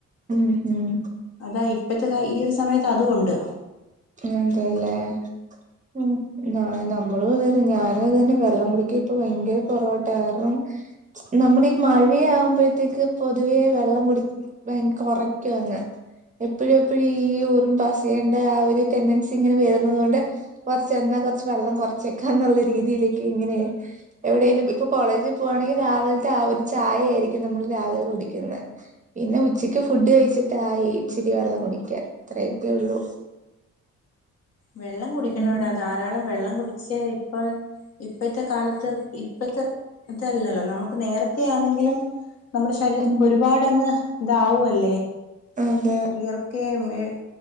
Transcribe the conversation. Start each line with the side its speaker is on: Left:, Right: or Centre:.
Right: ഉം ഉം
Left: അതാ ഇപ്പത്തെ കാ ഈ ഒരു സമയത്ത് അതുംണ്ട്
Right: അതേല്ലേ ഉം ന നമ്മളും ഇതന്നെ. ഞാനും അതന്നെ. വെള്ളം കുടിക്ക ഇപ്പ ഭയങ്കര കുറവട്ടോ. കാരണം നമ്മള് ഈ മഴയാകുമ്പോഴത്തേക്ക് പൊതുവേ വെള്ളം കുടി ഭയര കുറയ്ക്കും അങ്ങ് എപ്പഴും എപ്പഴും ഈ യുറിൻ പാസെയ്യാൻ ന്റെ ആ ഒരു ടെൻഡൻസി ഇങ്ങനെ വരുന്നത് കൊണ്ട്കൊറച്ച് ന്നാ കൊർച്ച് വെള്ളം കുറച്ചേക്കാന്നുള്ള രീതിയിലേക്ക് എന്തിന്? എവിടെങ്കിലും ഇപ്പോ കോളേജി പോവ്വാണെങ്കിൽ രാവിലത്തെ ആ ഒരു ചായയായിരിക്കും നമ്മൾ രാവിലെ കുടിക്കുന്നത്. പിന്നെ ഉച്ചയ്ക്ക് ഫുഡ് കഴിച്ചിട്ടായി ഇച്ചിരി വെള്ളം കുടിക്കാ. അത്രയൊക്കെ ഉള്ളൂ
Left: വെള്ളം കുടിക്കണം
Right: ഉം
Left: ടാ. ധാരാളം വെള്ളം കുടിച്ചേ ഇപ്പം ഇപ്പഴത്തെ കാലത്ത് ഇപ്പത്തെ ഇതല്ലല്ലോ നമുക്ക് നേരത്തെ ആണെങ്കിലും നമ്മുടെ ശരീരത്തിപ്പൊ
Right: ഉം
Left: ഒരുപാടങ്ങ് ഇതാവുല്ലേ
Right: അതെ
Left: വിയർക്കയും ഏഹ്